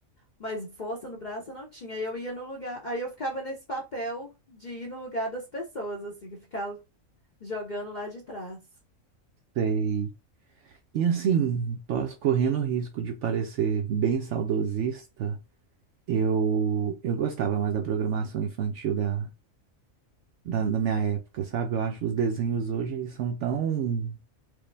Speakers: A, on the left; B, on the right.
A: Mas força no braço eu não tinha. Aí eu ia no lugar. Aí eu ficava nesse papel de ir no lugar das pessoas, assim, ficar jogando lá de trás.
B: Sei. E assim, posso correndo o risco de parecer bem saudosista, eu, eu gostava mais da programação infantil da, da, da minha época, sabe? Eu acho que os desenhos hoje eles são tão.